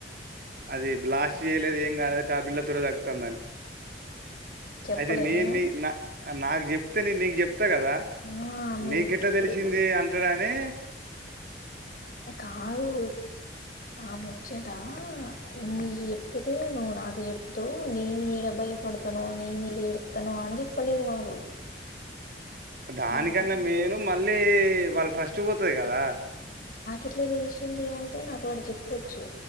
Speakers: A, on the right (about 55°); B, on the left (about 50°).
A: అది బ్లాస్ట్ చేయలేదు ఏం కాలేదు టాబ్లెట్ తోనే తగ్కుతాందాని
B: చెప్పలే
A: అయితే నే
B: నేను
A: నీ నా నాకు చెప్తే నేను నీకు చెప్తా త్తా కదా
B: ఆ నిన్
A: నీకెట్లా
B: ఇప్పుడు
A: తెలిసింది అంటడా అని
B: కాదు ఆ ము ముచట నీకు చెప్పితే నువ్వు నాకు చెప్తవు నేను యాడ భయపడతానో అని నేను ఏడ ఏడుతానో అని చెప్పలేదు వాడు
A: దానికన్నా
B: నాకి
A: మేను మళ్ళీ వాళ్ళ ట్రస్ట్ పోతది కదా
B: ఎట్లా తెలిసింది అంటే నాకు వాడు చెప్పొచ్చు